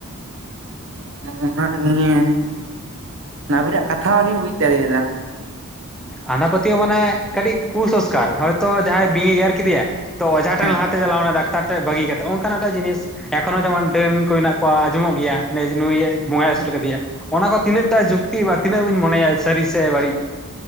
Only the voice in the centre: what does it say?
ᱟᱸᱫᱷᱟ ᱯᱟᱹᱛᱭᱟᱹᱣ ᱢᱟᱱᱮ ᱠᱟᱹᱴᱤᱡ ᱠᱩ-ᱥᱚᱥᱠᱟᱨ ᱦᱚᱭ ᱛᱚ ᱡᱟᱦᱟᱸᱭ ᱵᱤᱧ-ᱮ ᱜᱮᱨ ᱠᱮᱫᱮᱭᱟ᱾ ᱛᱚ ᱚᱡᱷᱟ ᱴᱷᱮᱱ
ᱞᱟᱦᱟᱛᱮ ᱪᱟᱞᱟᱣ ᱮᱱᱟ ᱰᱟᱠᱛᱟᱨ ᱴᱷᱮᱡ ᱵᱟᱹᱜᱤ ᱠᱟᱛᱮᱫ ᱚᱱᱠᱟᱱᱟᱜ ᱢᱤᱫᱴᱟᱡ ᱡᱤᱱᱤᱥ᱾ ᱮᱠᱷᱚᱱᱳ ᱡᱮᱢᱚᱱ ᱰᱟᱹᱱ ᱠᱚ ᱦᱮᱱᱟᱜ ᱠᱚᱣᱟ ᱟᱸᱡᱚᱢᱚᱜ ᱜᱮᱭᱟ ᱡᱮ ᱱᱩᱭ-ᱮ ᱵᱚᱸᱜᱟᱭ ᱟᱹᱥᱩᱞ ᱠᱟᱫᱮᱭᱟ᱾ ᱚᱱᱟ ᱠᱚ ᱛᱤᱱᱟᱹᱜᱴᱟ ᱡᱩᱠᱛᱤ ᱵᱟ ᱛᱤᱱᱟᱹᱜ ᱵᱤᱱ ᱢᱚᱱᱮᱭᱟ ᱥᱟᱹᱨᱤ ᱥᱮ ᱵᱟᱹᱲᱤᱡ?